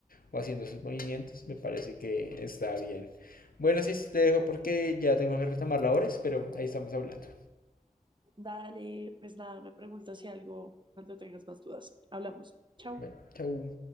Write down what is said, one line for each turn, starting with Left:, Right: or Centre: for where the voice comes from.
Left: o haciendo sus movimientos, me parece que está bien. Bueno, sí, te dejo porque ya tengo que retomar labores, pero ahí estamos hablando.
Right: Dale, pues nada, me preguntas si algo cuando tengas más dudas. Hablamos. Chao.
Left: Bueno, chau.